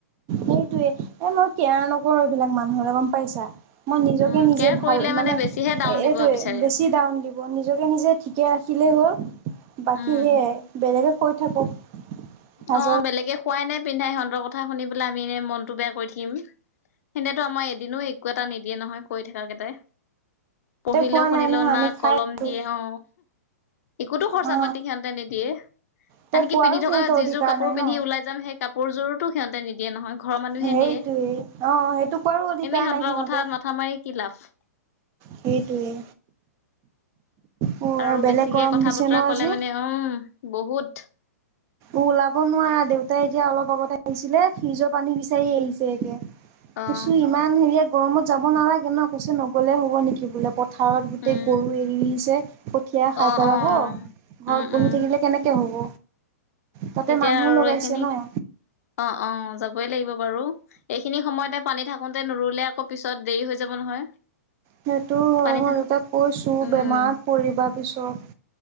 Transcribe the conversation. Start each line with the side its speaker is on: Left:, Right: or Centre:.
Right: সেইটোৱে এ মই কেয়াৰ নকৰো এইবিলাক মানুহলে গম পাইছা। মই নিজকে
Left: উম,
Right: নিজে
Left: কেয়াৰ
Right: ভাল
Left: কৰিলে
Right: মানে
Left: বেছিহে
Right: এইটোৱে
Left: ডাউন দিব বিচাৰে।
Right: বেছি ডউন দিব নিজকে নিজে ঠিকে ৰাখি হ'ল বাকী
Left: উম,
Right: সেয়াই বেলেগে কৈ থাকক হাজৰ
Left: অ বেলেগে খোৱাই নে পিন্ধাই সিহঁতৰ কথা শুনি পেলাই আমি এনে মনটো বেয়া কৰি থাকিম। হেতেটো আমাৰ এদিনো একো এটা নিদিয়ে নহয় কৈ থকা কেইটাই পঢ়িলেও
Right: তাতে খোৱা
Left: শুনিলেও
Right: নাই নহয়
Left: না
Right: আমি খাই
Left: কলম
Right: আছো
Left: দিয়ে অ একোতো খৰচা
Right: অ
Left: পাতি সিহঁতে নিদিয়ে
Right: তে
Left: আনকি
Right: কোৱাৰো
Left: পিন্ধি থকা
Right: সিহঁতৰ
Left: যি
Right: অধিকাৰ
Left: যোৰ কাপোৰ
Right: নাই
Left: পিন্ধি
Right: ন
Left: উলাই যাম সেই কাপোৰযোৰতো সিহতে নিদিয়ে নহয়। ঘৰৰ মানুহে
Right: সেইটোৱে
Left: দিয়ে
Right: অ সেইটো কোৱাৰো অধিকাৰ
Left: এনে সিহঁতৰ
Right: নাই সিহঁতে
Left: কথাত মাথা মাৰি কি লাভ।
Right: সেইটোৱে অ
Left: আৰু
Right: বেলেগ
Left: বেছিকে
Right: গৰম
Left: কথা
Right: দিছে
Left: বতৰা
Right: ন আজি
Left: কলে মানে উম বহুত
Right: ওলাব নোৱাৰা দেউতাই এতিয়া অলপ আগতে আহিছিলে ফ্ৰিজৰ পানী বিচাৰি আহিছে এতিয়া। কৈছে
Left: অ
Right: ইমান হেৰিয়া গৰমত যাব নালাগে ন কছে নগলে হ'ব নেকি বোলে প পথাৰত গোটেই
Left: উম
Right: গৰু এলিছে কঠীয়া খাই
Left: অ
Right: পেলাব
Left: অ
Right: ঘৰত
Left: উম
Right: বহি
Left: উম
Right: থাকিলে কেনেকে হ'ব তাতে
Left: এতিয়া
Right: মানুহ
Left: আৰু
Right: লগাইছে
Left: এইখিনি,
Right: ন
Left: অ অ যাব লাগিব বাৰু এইখিনি সময়তে পানী থাকোতে নুৰুলে আকৌ পিছত দেৰি হৈ যাব নহয়।
Right: সেইটো হয়
Left: পানী
Right: মই
Left: থাক
Right: দেউতাক কৈছো
Left: উম
Right: বেমাৰত পৰিবা পিছত।